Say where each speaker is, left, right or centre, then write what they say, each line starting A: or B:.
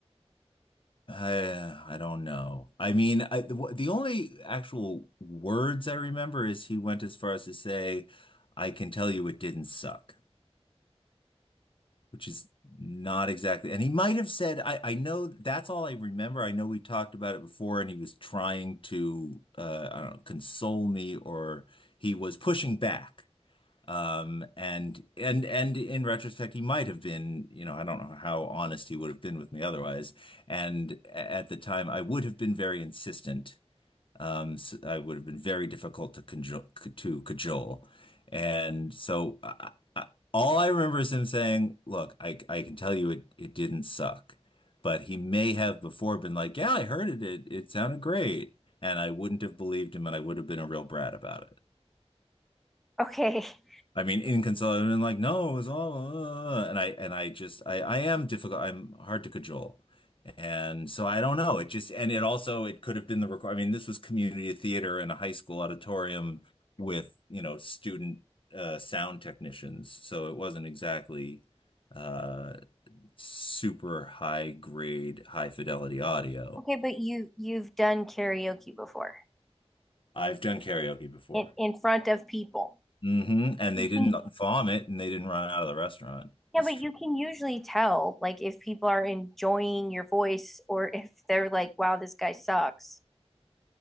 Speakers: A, on the left; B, in the centre.
A: I, I, I don't know. I mean, I, the, the only actual words I remember is he went as far as to say, I can tell you it didn't suck. which is not exactly. And he might have said, I, I know that's all I remember. I know we talked about it before, and he was trying to, uh, I don't know, console me, or he was pushing back. Um, and and and in retrospect, he might have been, you know, I don't know how honest he would have been with me otherwise. And at the time, I would have been very insistent. Um, so I would have been very difficult to cajole, to cajole. And so I, I, all I remember is him saying, "Look, I I can tell you it it didn't suck." But he may have before been like, "Yeah, I heard it. It it sounded great." And I wouldn't have believed him and I would have been a real brat about it.
B: Okay. <laughs>
A: I mean, inconsolable and like, no, it's all, uh, and I, and I just, I, I am difficult. I'm hard to cajole. And so I don't know. It just, and it also, it could have been the record. I mean, this was community theater in a high school auditorium with, you know, student, uh, sound technicians. So it wasn't exactly, uh, super high grade, high fidelity audio.
B: Okay, but you you've done karaoke before
A: I've done karaoke before.
B: in, in front of people. <laughs>
A: hmm And
B: You
A: they didn't
B: can
A: vomit and they didn't run out of the restaurant.
B: Yeah,
A: It's
B: but
A: true.
B: you can usually tell like if people are enjoying your voice or if they're like, wow, this guy sucks.